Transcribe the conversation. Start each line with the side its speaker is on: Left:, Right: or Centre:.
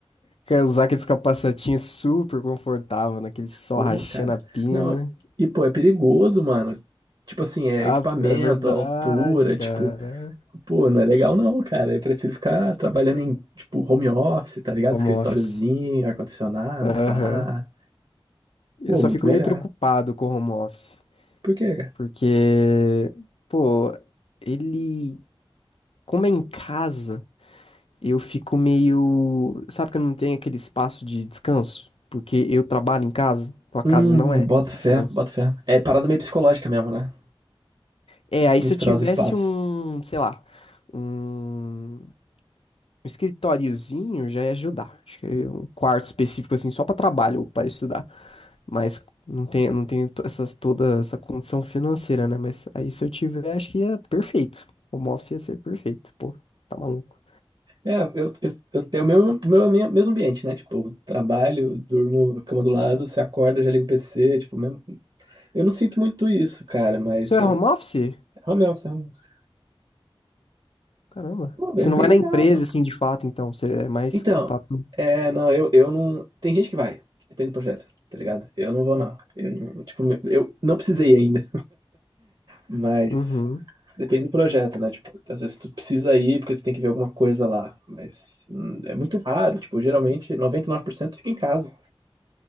Left: Quer usar aqueles capacetinhos super confortável, naquele sol
Right: Pô,
Left: rachando
Right: cara.
Left: a pina.
Right: Não, e pô, é perigoso, mano. Tipo assim, é
Left: Ah,
Right: equipamento,
Left: é verdade,
Right: altura,
Left: cara.
Right: tipo, pô, não é legal não, cara. Eu prefiro ficar trabalhando em, tipo, home office, tá ligado?
Left: Home
Right: Escritóriozinho,
Left: office.
Right: ar-condicionado,
Left: Aham.
Right: pá.
Left: Eu
Right: Pô,
Left: só
Right: muito
Left: fico
Right: melhor.
Left: meio preocupado com o home office.
Right: Por quê, cara?
Left: Porque, pô, ele. Como é em casa, eu fico meio. Sabe que eu não tenho aquele espaço de descanso? Porque eu trabalho em casa, então a
Right: Hum,
Left: casa não é
Right: boto fé,
Left: descanso.
Right: boto fé. É parada meio psicológica mesmo, né?
Left: É, aí
Right: De misturar
Left: se eu tivesse
Right: os espaços.
Left: um, sei lá, um um escritóriozinho já ia ajudar. Acho que um quarto específico assim só para trabalho ou para estudar, mas não tem, não tem to- essas toda essa condição financeira, né? Mas aí se eu tiver, acho que ia perfeito. Home office ia ser perfeito. Pô, tá maluco.
Right: É, eu, eu, eu tenho o meu, meu, meu mesmo ambiente, né? Tipo, trabalho, durmo, cama do lado, você acorda, já liga o PC, tipo, mesmo. Eu não sinto muito isso, cara, mas
Left: O seu é
Right: eh,
Left: home office?
Right: home office, home office.
Left: Caramba.
Right: Pô, bem,
Left: Você não
Right: bem
Left: vai
Right: legal,
Left: na empresa,
Right: pô.
Left: assim, de fato, então. Você é mais
Right: Então,
Left: contato.
Right: é, não, eu, eu não. Tem gente que vai, depende do projeto, tá ligado? Eu não vou, não. Eu, não- tipo, eu não precisei ainda, mas
Left: Uhum.
Right: depende do projeto, né? Tipo, às vezes tu precisa ir porque tu tem que ver alguma coisa lá, mas hum, é muito raro, tipo, geralmente 99% fica em casa.